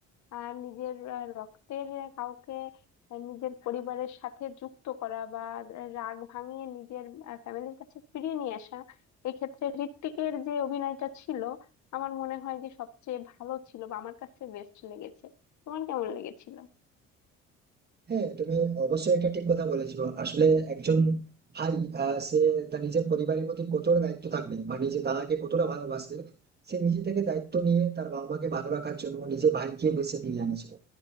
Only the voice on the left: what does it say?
আহ, নিজের আহ, রক্তের কাউকে আহ, নিজের পরিবারের সাথে যুক্ত করা বা রাগ ভাঙিয়ে নিজের ফ্যামিলির কাছে ফিরিয়ে নিয়ে আসা এক্ষেত্রে হৃত্বিকের যে অভিনয়টা ছিল আমার মনে হয় যে সবচেয়ে ভালো ছিল বা আমার কাছে বেস্ট লেগেছে তোমার কেমন লেগেছিল